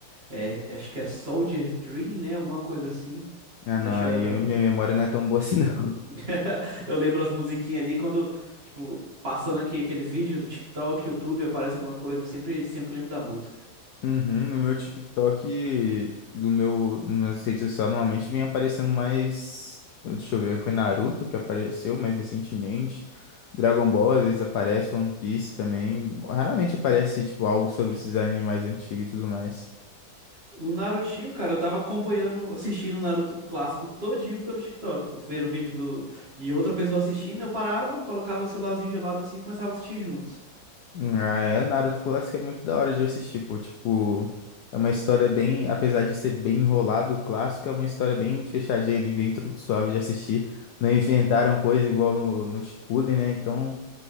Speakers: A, on the right; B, on the left.
A: é, acho que é Soldier Dream, né? Alguma coisa assim.
B: Ah,
A: Eu
B: não,
A: acho que
B: aí
A: era.
B: eu- minha memória não é tão boa assim, <laughs> não.
A: <laughs> Eu lembro as musiquinhas ali quando, tipo, passando aqui aqueles vídeos do TikTok, YouTube, aparece alguma coisa, eu sempre, sempre lembro da música.
B: Uhum, no meu TikTok, do meu, nas meu rede social, normalmente vem aparecendo mais. Deixa eu ver, foi Naruto que apareceu mais recentemente. Dragon Ball, às vezes aparece, One Piece também. Raramente aparece, tipo, algo sobre esses animes mais antigos e tudo mais.
A: O Narutinho, cara, eu tava acompanhando, assistindo o Naruto clássico todinho pelo TikTok, pô, vendo vídeo do, de outra pessoa assistindo, eu parava, colocava o celularzinho de lado assim e começava a assistir junto.
B: Ah, é, Naruto clássico é muito da hora de assistir, pô. Tipo, é uma história bem. Apesar de ser bem enrolado, o clássico é uma história bem fechadinha ali, bem tru- suave de assistir. Não inventaram coisa igual no, no Shippuden, né? Então.